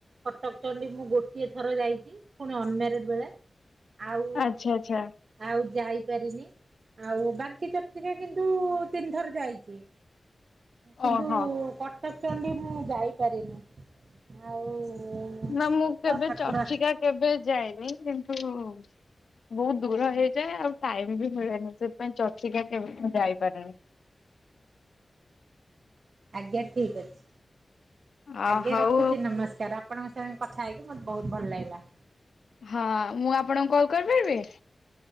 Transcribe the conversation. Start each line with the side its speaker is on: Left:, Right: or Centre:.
Right: କଟକ ଚଣ୍ଡୀ ମୁଁ ଗୋଟିଏ ଥର ଯାଇଛି ପୁଣି ଅନ ମ୍ୟାରେଡ ବେଳେ। ଆଉ
Left: ଆଚ୍ଛା ଆଚ୍ଛା।
Right: ଆଉ ଯାଇପାରିନି। ଆଉ ବାଙ୍କି ଚର୍ଚ୍ଚିକା କିନ୍ତୁ ତିନି ଥର ଯାଇଛି। କିନ୍ତୁ
Left: ଓହୋ
Right: କଟକ ଚଣ୍ଡୀ ମୁଁ ଯାଇପାରିନି। ଆଉ ଦେଖ
Left: ନା ମୁଁ କେବେ
Right: ଠାକୁର
Left: ଚର୍ଚିକା କେବେ ଯାଇନି କିନ୍ତୁ ବହୁତ ଦୂର ହେଇଯାଏ ଆଉ ଟାଇମ ବି ମିଳେନି ସେଥିପାଇଁ ଚର୍ଚିକା କେବେ ମୁଁ ଯାଇପାରୁନି।
Right: ଆଜ୍ଞା ଠିକ ଅଛି।
Left: ଆ
Right: ଆଜ୍ଞା
Left: ହଉ
Right: ରଖୁଛି ନମସ୍କାର ଆପ୍ ଆପଣଙ୍କ ସାଙ୍ଗେ କଥା ହେଇକି ମୋତେ ବହୁତ ଭଲ ଲାଗିଲା।
Left: ହଁ ମୁଁ ଆପଣଙ୍କୁ କଲ୍ କରିପାରିବି?